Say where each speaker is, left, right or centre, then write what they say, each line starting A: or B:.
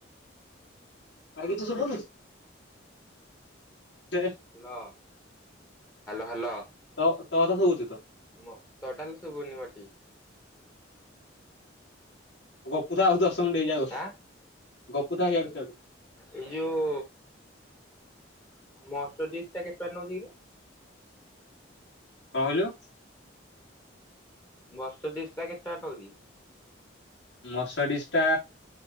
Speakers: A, on the left; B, on the left.
A: ଆଇ କିଛି ଶୁଭୁନି। ଦେ
B: ହ୍ୟାଲୋ ହ୍ୟାଲୋ ହ୍ୟାଲୋ
A: ତ ତ କଥା ଶୁଭୁଚି ତ।
B: ମ ତୋ ଟା ଲ ଶୁଭୁନି ମତେ।
A: ଗପୁଥା ଆଉ ଦଶ ମିନିଟ୍ ହେଇଯାଉ
B: ଆଁ
A: ଗପୁଥା ଇଆଡୁ ସିଆଡୁ।
B: ଏଇ ଯୋଉ ମଟଡିସ୍ ଟା କେତେ ଟଙ୍କା ନଉଛି କି?
A: କଣ କହିଲୁ?
B: ମଟଡିସ୍ ଟା କେତେ ଟଙ୍କା ନଉଛି?
A: ମଟଡିସ ଟା